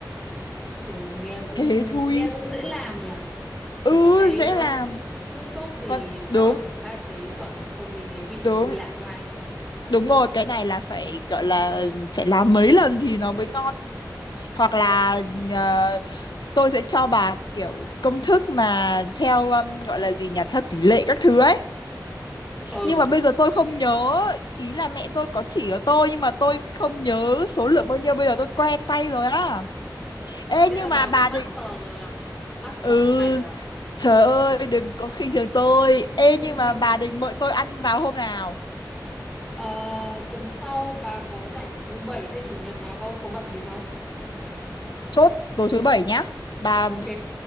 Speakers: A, in the centre; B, on the left.
A: Ồ, nghe cũng
B: thế thôi
A: nghe cũng dễ làm nhở. Chỉ
B: ừ
A: có cái
B: dễ
A: ờ,
B: làm
A: nước sốt thì
B: còn
A: chắc
B: đúng
A: là phải pha chế chuẩn không thì cái vị
B: đúng
A: nó bị lạc ngay.
B: đúng rồi cái này là phải gọi là phải làm mấy lần thì nó mới ngon hoặc là ờ, tôi sẽ cho bà kiểu công thức mà theo um, gọi là gì nhỉ theo tỷ lệ các thứ ấy
A: Ờ,
B: nhưng mà bây giờ tôi không nhớ ý là mẹ tôi có chỉ cho tôi nhưng mà tôi không nhớ số lượng bao nhiêu bây giờ tôi quen tay rồi á ê
A: thế
B: nhưng
A: là bà
B: mà bà
A: cũng master
B: định
A: rồi à? Master
B: ừ
A: món này rồi à?
B: trời ơi đừng có khinh thường tôi
A: <laughs>
B: ê nhưng mà bà định mời tôi ăn vào hôm nào
A: Ờ, tuần sau bà có rảnh thứ bảy hay chủ nhật nào không? Có bận gì không?
B: chốt tối thứ bảy nhá bà
A: Ok,